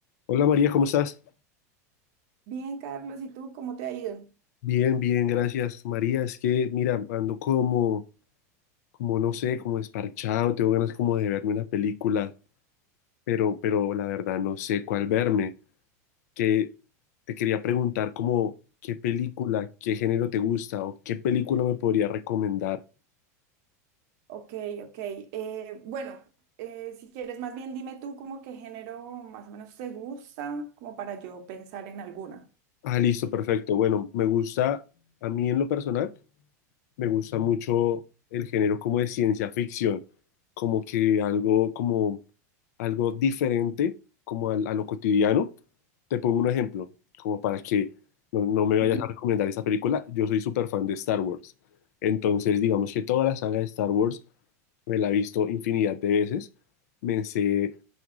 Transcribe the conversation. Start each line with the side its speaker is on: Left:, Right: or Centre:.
Left: Hola María, ¿cómo estás?
Right: Bien, Carlos, ¿y tú cómo te ha ido?
Left: Bien, bien, gracias. María, es que mira, ando como, como no sé, como desparchado, tengo ganas como de verme una película, pero, pero la verdad no sé cuál verme. Que te quería preguntar como qué película, qué género te gusta o qué película me podría recomendar.
Right: Ok, ok. Eh, bueno, eh, si quieres, más bien dime tú como qué género más o menos te gusta, como para yo pensar en alguna.
Left: Ah, listo, perfecto. Bueno, me gusta, a mí en lo personal, me gusta mucho el género como de ciencia ficción, como que algo como algo diferente como al- a lo cotidiano. Te pongo un ejemplo, como para que no, no me vayas
Right: Ujú.
Left: a recomendar esta película. Yo soy súper fan de Star Wars. Entonces, digamos que toda la saga de Star Wars me la he visto infinidad de veces. Me sé